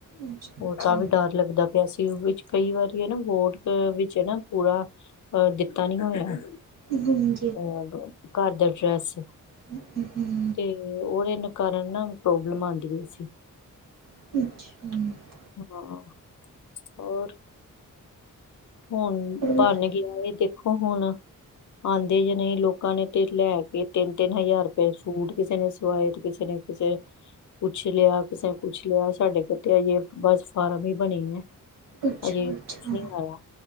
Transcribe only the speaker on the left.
ਉਹ
ਤਾਂ ਵੀ ਡਰ ਲੱਗਦਾ ਪਿਆ ਸੀ ਉਹ ਵਿੱਚ ਕਈ ਵਾਰੀ ਨਾ ਵੋਟ ਵਿੱਚ ਨਾ ਪੂਰਾ ਪਰ ਦਿੱਤਾ ਨੀ ਹੋਇਆ।
ਹੋਰ, ਘਰ ਦਾ ਐਡਰੈਸ
ਤੇ ਉਹਦੇ ਕਾਰਨ ਨਾ ਪ੍ਰੋਬਲਮ ਆਦੀ ਪਈ ਸੀ।
ਹਾਂ, ਹੋਰ ਹੁਣ
ਬਣ ਗਿਆ ਇਹ ਦੇਖੋ ਹੁਣ ਆਦੇ ਜਾਂ ਨੀ ਲੋਕਾਂ ਨੇ ਤੇ ਲੈ ਕੇ ਤਿੰਨ-ਤਿੰਨ ਹਜ਼ਾਰ ਰੁਪਏ ਸੂਟ ਕਿਸੇ ਨੇ ਸਵਾਏ ਤੇ ਕਿਸੇ ਨੇ ਕਿਸੇ ਕੁਛ ਲਿਆ ਕਿਸੇ ਨੇ ਕੁਛ ਲਿਆ ਸਾਡੇ ਕਿਤੇ ਆਜੇ ਬਸ ਫਾਰਮ ਈ ਬਣੀ ਐ।
ਅਜੇ
ਕੁਛ ਨੀ ਆਇਆ